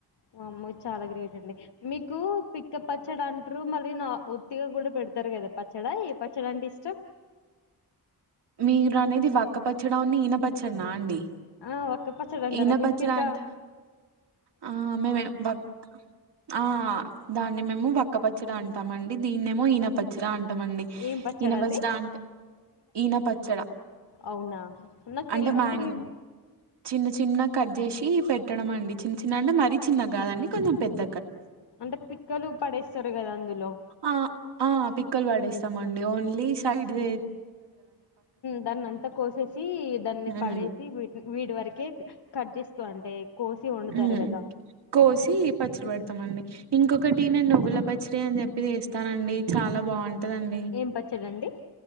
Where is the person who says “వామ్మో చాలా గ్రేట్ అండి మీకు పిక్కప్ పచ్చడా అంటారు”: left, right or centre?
Left